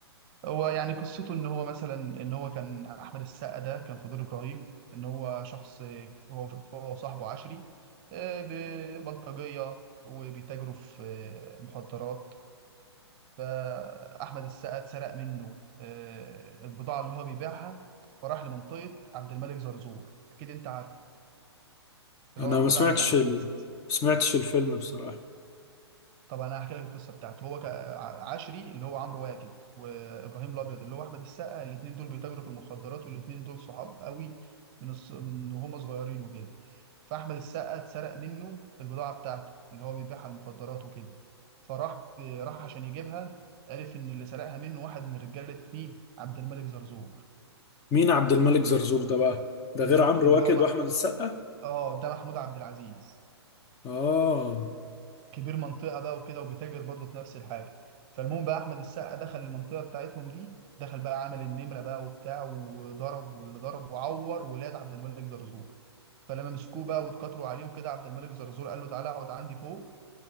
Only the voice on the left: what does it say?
انا
ما سمعتش
ال... ما سمعتش الفيلم بصراحة
مين عبد الملك زرزور ده بقى ده
غير
عمرو
واكد
واحمد السقا
اه